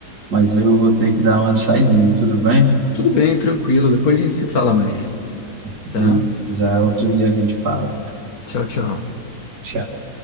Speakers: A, on the right; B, on the left.
A: mas eu vou ter que dar uma saidinha, tudo bem?
B: Tudo bem, tranquilo. Depois a gente se fala mais,
A: Beleza,
B: tá?
A: outro dia a gente fala.
B: Tchau, tchau.
A: Tchau.